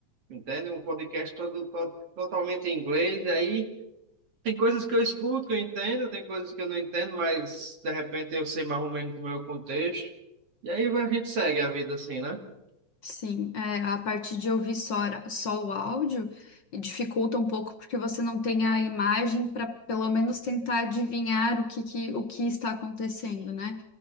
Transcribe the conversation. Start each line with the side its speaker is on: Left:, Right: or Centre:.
Right: entende? Um podcast todo, to- totalmente em inglês, e aí tem coisas que eu escuto, que eu entendo, tem coisas que eu não entendo, mas de repente eu sei mais ou menos como é o contexto. E aí a gente segue a vida assim, né?
Left: Sim, é, a parte de ouvir só, a- só o áudio dificulta um pouco porque você não tem a imagem para pelo menos tentar adivinhar o que, que- o que está acontecendo, né?